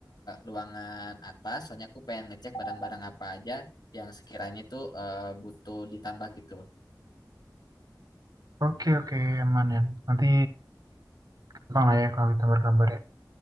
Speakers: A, on the left; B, on the right.
A: ruangan atas. Soalnya aku pengen ngecek barang-barang apa aja yang sekiranya itu eh, butuh ditambah gitu.
B: Oke, oke, aman ya. Nanti gampang lah ya kalau kita kabar ya.